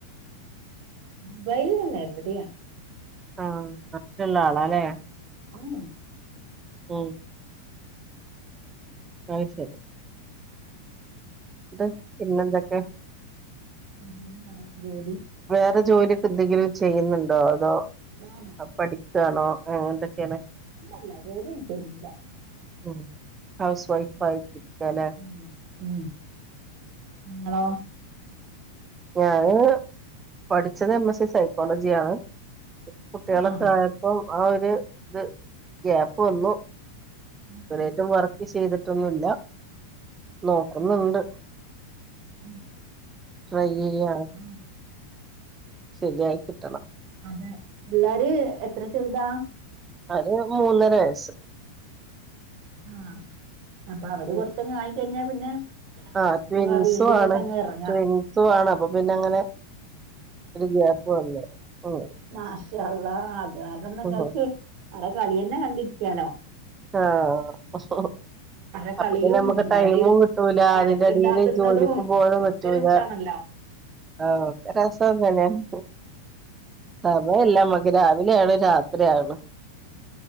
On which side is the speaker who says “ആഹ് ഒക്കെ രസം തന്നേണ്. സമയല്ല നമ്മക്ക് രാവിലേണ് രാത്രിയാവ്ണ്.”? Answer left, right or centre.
Right